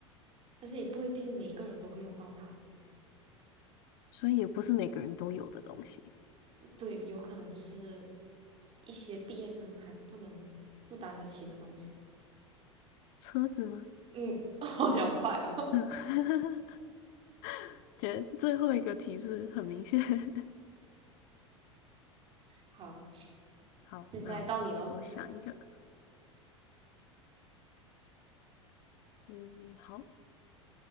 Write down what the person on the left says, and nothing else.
所以也不是每个人都有的东西。
车子吗？
嗯，<laughs> 觉得最后一个提示很明显。<laughs>
好，
那我我想一个。嗯，好，